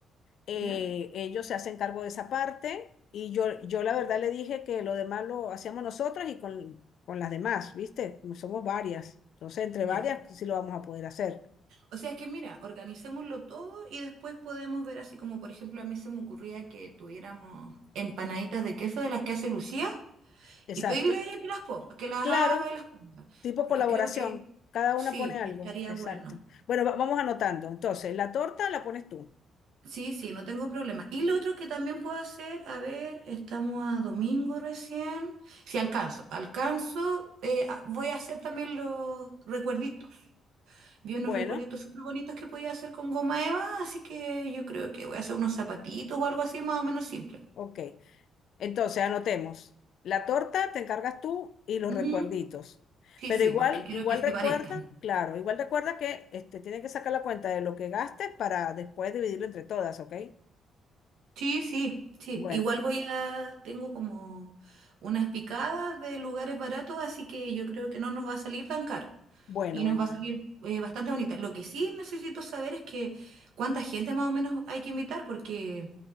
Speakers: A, on the left (about 70°); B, on the right (about 80°).
A: eh,
B: ya,
A: ellos se hacen cargo de esa parte y yo, yo la verdad le dije que lo demás lo hacíamos nosotras y con, con las demás, ¿viste? Como Somos varias, entonces entre
B: ya.
A: varias pues, sí lo vamos a poder hacer.
B: O sea, es que mira, organicémoslo todo y después podemos ver así como, por ejemplo, a mí se me ocurría que tuviéramos empanaditas de queso de las que hace Lucía
A: Exacto.
B: y pedirle a ella que las ponga, que las
A: Claro,
B: haga y las ponga,
A: tipo
B: porque
A: colaboración,
B: creo que
A: cada
B: sí,
A: una pone algo,
B: que estaría
A: exacto.
B: bueno.
A: Bueno, va- vamos anotando. Entonces, la torta la pones tú.
B: Sí, sí, no tengo problema. Y lo otro que también puedo hacer, a ver, estamos a domingo recién. Si alcanzo, alcanzo, eh, a- voy a hacer también los recuerditos. Vi unos
A: Bueno,
B: recuerditos súper bonitos que podía hacer con goma eva, así que yo creo que voy a hacer unos zapatitos o algo así más o menos simple.
A: ok. Entonces, anotemos. La torta te encargas tú y los
B: Ujú.
A: recuerditos.
B: Sí,
A: Pero
B: sí,
A: igual,
B: porque quiero
A: igual
B: que se
A: recuerda,
B: parezcan.
A: claro, igual recuerda que este, tienen que sacar la cuenta de lo que gastes para después dividirlo entre todas, ¿ok?
B: Sí, sí, sí.
A: Bueno,
B: Igual voy a, tengo como unas picadas de lugares baratos, así que yo creo que no nos va a salir tan caro
A: bueno,
B: y
A: bueno,
B: nos va
A: bueno.
B: a salir eh, bastante bonita. Lo que sí necesito saber es que cuánta gente más o menos hay que invitar, porque